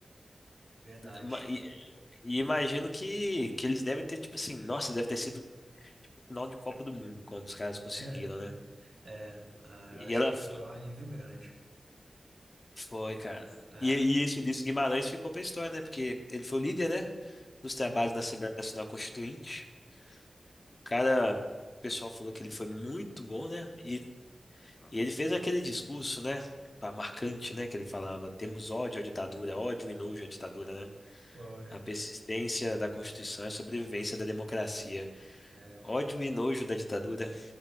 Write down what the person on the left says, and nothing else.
ma- E, e imagino que, que eles devem ter, tipo assim, nossa, deve ter sido o final de Copa do Mundo quando os caras conseguiram,
né?
E
ela
f-
foi, cara.
E, e esse Ulisses Guimarães ficou pra história, né? Porque ele foi o líder, né? Dos trabalhos
na Assembleia Nacional Constituinte. O cara, o pessoal falou que ele foi muito bom, né? E, e ele fez aquele discurso, né? ah, Marcante, né? Que ele falava: temos ódio à ditadura, ódio e nojo à ditadura, né?
A persistência da Constituição é a sobrevivência da democracia.
Ódio e nojo da ditadura